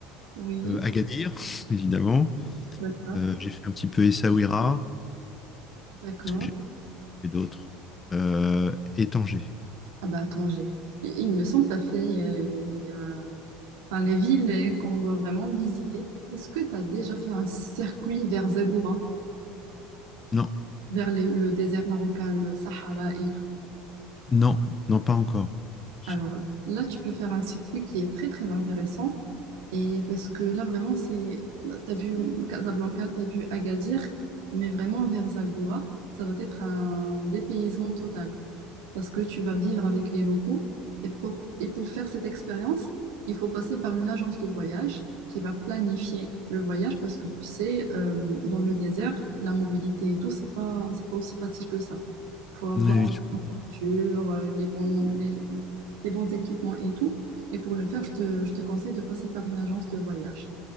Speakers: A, on the right (about 75°); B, on the left (about 30°).
A: Oui.
B: Euh, Agadir, <laughs> évidemment.
A: D'accord.
B: Euh, j'ai fait un petit peu Essaouira.
A: D'accord.
B: Qu'est-ce que j'ai fait d'autre? Euh, et Tanger.
A: Ah bah Tanger. Il il me semble que tu as fait euh, les, euh, enfin, les villes euh, qu'on doit vraiment visiter. Est-ce que tu as déjà fait un circuit vers Zagora,
B: Non,
A: vers les- le désert marocain, le Sahara et tout?
B: Non, non, pas encore. Je-
A: Alors là, tu peux faire un circuit qui est très très intéressant et parce que là vraiment c'est tu as vu Casablanca, tu as vu Agadir, mais vraiment vers Zagora, ça va être un dépaysement total parce que tu vas vivre avec les locaux. Et pour, et pour faire cette expérience, il faut passer par une agence de voyage qui va planifier le voyage parce que tu sais, euh, dans le désert, la mobilité et tout, c'est pas, c'est pas aussi facile que ça. Il faut avoir
B: oui, Ok.
A: une
B: je-
A: voiture, euh, les bons, les, les bons équipements et tout. Et pour le faire, je te, je te conseille de passer par une agence de voyage.